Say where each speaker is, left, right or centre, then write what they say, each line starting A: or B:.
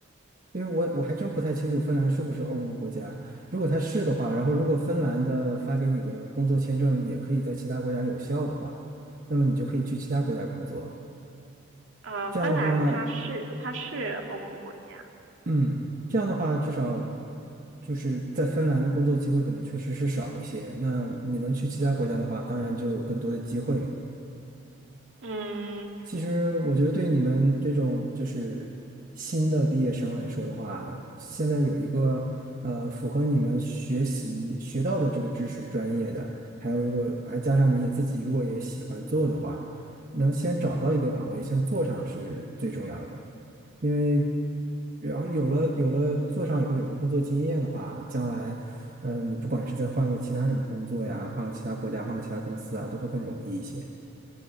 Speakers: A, on the right; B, on the right.
A: 因为我我还真不太清楚芬兰是不是欧盟国家，如果它是的话，然后如果芬兰的发给你的工作签证也可以在其他国家有效的话，那么你就可以去其他国家工作。
B: 呃，
A: 这样的话，
B: 芬兰它是它是欧盟国家，
A: 嗯，这样的话，至少就是在芬兰的工作机会可能确实是少一些。那你能去其他国家的话，当然就有更多的机会嘛。
B: 嗯，
A: 其实我觉得对你们这种就是新的毕业生来说的话，现在有一个呃符合你们学习学到的这个知识专业的，还有如果还加上你自己如果也喜欢做的话，能先找到一个岗位先做上是最重要的，因为然后有了有了做上以后有了工作经验的话，将来嗯你不管是再换个其他什么工作呀，换个其他国家，换个其他公司啊，都会更容易一些